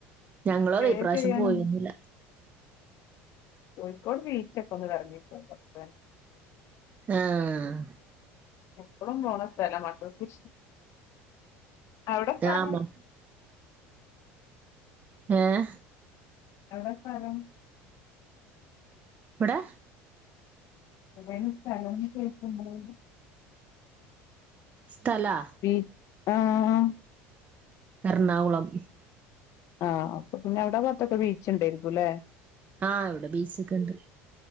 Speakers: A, on the right (about 25°); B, on the left (about 55°).
A: ഞങ്ങളോ
B: സ്റ്റേ
A: അൈപ്രാവശ്യം
B: ചെയ്യാനൊന്നും
A: പോയൊന്നില്ല
B: കോഴിക്കോട് ബീച്ചൊക്കെ ഒന്ന് ഇറങ്ങിപ്പോ ഡക്ടൻ
A: ആഹ
B: എപ്പഴും പോോണ സ്ഥല മക്കൾക്ക് ശ അവിടെ പറ
A: ആഹ് ആഹ!
B: എവിടെ സ്ഥലം?
A: എവിടെ?
B: എതും സ്ഥലംന്ന് ശേഷണ്ട്
A: സ്ഥലാ
B: പി ആഹ!
A: എറണാകുളം.
B: ആഹ! അപ്പൊ പിന്നെ എവിടെ പുറത്തൊക്കെ ബീച്ച് ഉണ്ടായിരിക്കുംല്ലെ
A: ആഹ! എവിടെ ബീച്ചൊക്കെ ഉണ്ട്.